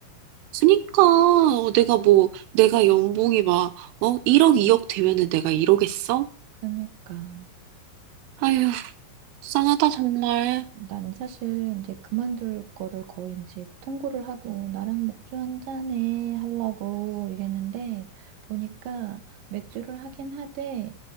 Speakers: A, on the right; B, on the right.
A: 그니까 어, 내가 뭐 내가 연봉이 막 어? 1억 2억 되면은 내가 이러겠어?
B: 그러니까.
A: 아휴 불쌍하다 정말
B: 나는 사실 이제 그만둘 거를 거의 이제 통보를 하고 나랑 맥주 한 잔에 하려고 이랬는데 보니까 맥주를 하긴 하되